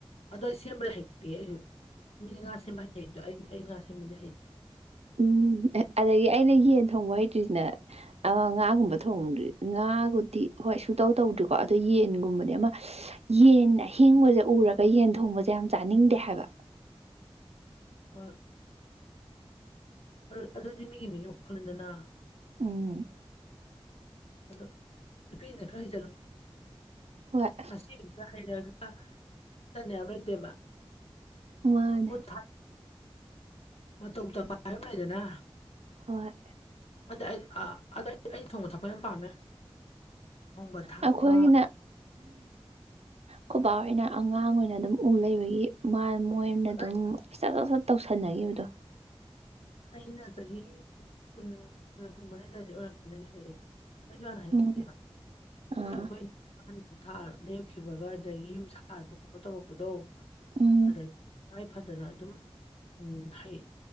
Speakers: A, on the left; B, on the right.
A: ꯑꯗꯣ ꯑꯩ ꯁꯦꯝꯕꯗꯤ ꯍꯩꯇꯦ ꯑꯩꯁꯨ ꯃꯤꯗꯤ ꯉꯥ ꯁꯦꯝꯕ ꯍꯩꯅꯩꯗꯣ ꯑꯩ ꯑꯩ ꯉꯥ ꯁꯦꯝꯕꯗꯤ ꯍꯩꯇꯦ
B: ꯎꯝ ꯑꯗꯒꯤ ꯑꯩꯅ ꯌꯦꯟ ꯊꯣꯡꯕ ꯍꯩꯇ꯭ꯔꯤꯁꯤꯅ꯫ ꯑ ꯉꯥꯒꯨꯝꯕ ꯊꯣꯡꯗ꯭ꯔꯤ ꯉꯥꯕꯨꯗꯤ ꯍꯣꯏ ꯁꯨꯛꯇꯧ ꯇꯧꯗ꯭ꯔꯤꯀꯣ ꯑꯗꯣ ꯌꯦꯟꯒꯨꯝꯕꯗꯤ ꯑꯃ ꯌꯦꯟ ꯑꯍꯤꯡꯕꯁꯦ ꯎꯔꯒ ꯌꯦꯟ ꯊꯣꯡꯕꯁꯦ ꯌꯥꯝ ꯆꯥꯅꯤꯡꯗꯦ ꯍꯥꯏꯕ
A: <unintelligible> ꯑꯜ ꯑꯗꯨꯗꯤ ꯃꯤꯒꯤ ꯃꯤꯅꯣꯛ ꯈꯂꯗꯅ
B: ꯎꯝ
A: ꯑꯗꯣ ꯅꯨꯄꯤꯅꯤꯅ ꯈꯔ ꯍꯩꯖꯜꯂꯨ
B: ꯍꯣꯏ
A: ꯑꯁꯤ ꯍꯩꯔꯒ ꯆꯠꯅꯦꯌꯥꯝ ꯅꯠꯇꯦꯕ
B: ꯃꯥꯅꯦ
A: ꯈꯨꯠ ꯃꯇꯧ ꯇꯝꯕ ꯍꯥꯏꯕ ꯑꯃ ꯂꯩꯗꯅ
B: ꯍꯣꯏ꯫
A: ꯑꯗ ꯑꯩ ꯑ ꯑꯗ ꯑꯩꯗꯣ ꯊꯣꯡꯕ ꯊꯥꯛꯄ ꯌꯥꯝ ꯄꯥꯝꯃꯦ ꯊꯣꯡꯕ ꯊꯥꯛꯄ
B: ꯑꯩꯈꯣꯏꯒꯤꯅ ꯈꯨꯕꯥ ꯑꯣꯏꯅ ꯑꯉꯥꯡ ꯑꯣꯏꯅ ꯑꯗꯨꯝ ꯎ ꯂꯩꯕꯒꯤ ꯃꯣꯏ ꯑꯩꯅ
A: ꯑꯗ
B: ꯑꯗꯨꯝ
A: ꯑꯩ
B: ꯆꯠꯂꯒ ꯇꯧꯁꯟꯅꯒꯤꯕꯗꯣ
A: ꯑꯩꯅ ꯆꯥꯍꯤ ꯀꯨꯟꯍꯨꯝꯗꯣꯏ ꯀꯨꯟꯃꯥꯔꯤ ꯑꯗꯋꯥꯏꯗꯩ ꯑꯣꯏꯔꯝꯒꯅꯤ ꯑꯩꯅ ꯍꯩꯔꯛꯏꯁꯦ ꯑꯩꯁꯨ ꯍꯥꯟꯅ ꯍꯥꯏꯔꯝꯗꯦꯗ
B: ꯎꯝ ꯑꯥ
A: ꯑꯩꯈꯣꯏꯁꯨ ꯑꯩꯈꯣꯏ <unintelligible> ꯊꯥ ꯅꯦꯛꯈꯤꯕꯒ ꯑꯗꯒꯤ ꯌꯨꯝ ꯁꯥꯕ ꯈꯣꯠꯄ ꯇꯧꯔꯛꯄꯗꯣ
B: ꯎꯝ
A: ꯑꯗꯩ ꯇꯉꯥꯏ ꯐꯗꯅ ꯑꯗꯨꯝ ꯍꯩ